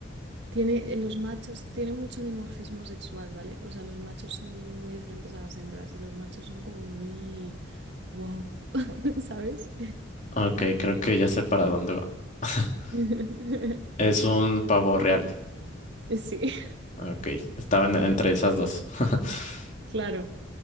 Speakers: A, on the right; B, on the left.
A: tiene, eh, los machos, tiene mucho dimorfismo sexual, ¿vale? O sea, los machos son muy diferentes a las hembras y los machos son como muy, wow, <laughs> ¿sabes?
B: Ok, creo que ya sé para dónde va. <laughs>
A: <laughs>
B: Es un pavo real.
A: Sí,
B: Ah, Ok, estaban entre esas dos. <laughs>
A: claro.